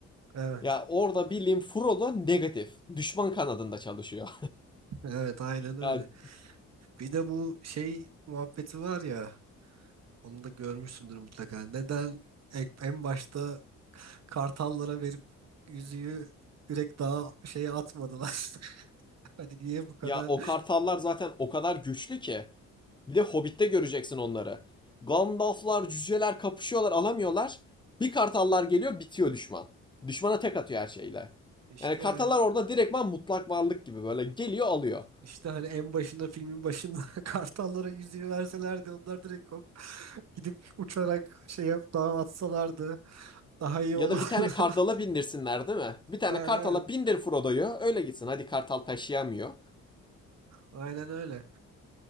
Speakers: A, on the right (about 60°); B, on the left (about 15°).
A: Evet.
B: Ya orada bildiğin Frodo negatif. Düşman kanadında çalışıyor.
A: Evet aynen öyle.
B: <laughs> ya,
A: Bir de bu şey muhabbeti var ya onu da görmüşsündür mutlaka. Neden ek- en başta kartallara verip yüzüğü direkt daha şeye atmadılar? <laughs> Hani niye bu kadar
B: ya o kartallar zaten o kadar güçlü ki. Bir de Hobbit'te göreceksin onları. Gandalflar, cüceler kapışıyorlar alamıyorlar. Bir kartallar geliyor bitiyor düşman. Düşmana tek atıyor her şeyle.
A: işte
B: Yani kartallar
A: yani
B: orada direktman mutlak varlık gibi böyle geliyor alıyor.
A: işte hani en başında filmin başında <laughs> kartallara yüzüğü verselerdi onlar direkt hop gidip uçarak şey yap daha atsalardı daha iyi
B: Ya
A: olur.
B: da bir tane kartala
A: <laughs>
B: bindirsinler değil mi? Bir tane
A: Ha,
B: kartala
A: Evet
B: bindir Frodo'yu öyle gitsin. Hadi kartal taşıyamıyor.
A: aynen öyle.